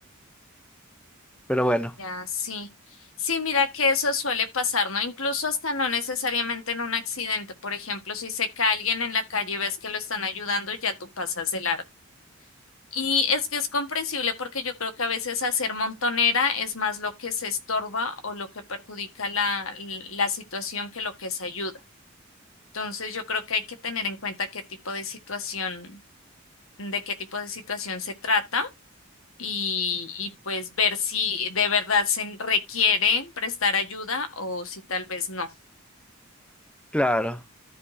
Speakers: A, in the centre; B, on the left.
A: Pero bueno,
B: Ya, sí. Sí, mira que eso suele pasar, ¿no? Incluso hasta no necesariamente en un accidente. Por ejemplo, si se cae alguien en la calle y ves que lo están ayudando, ya tú pasas de largo. Y es que es comprensible porque yo creo que a veces hacer montonera es más lo que se estorba o lo que perjudica la, la situación que lo que se ayuda. Entonces, yo creo que hay que tener en cuenta qué tipo de situación, de qué tipo de situación se trata y, y pues ver si de verdad se requiere prestar ayuda o si tal vez no.
A: claro,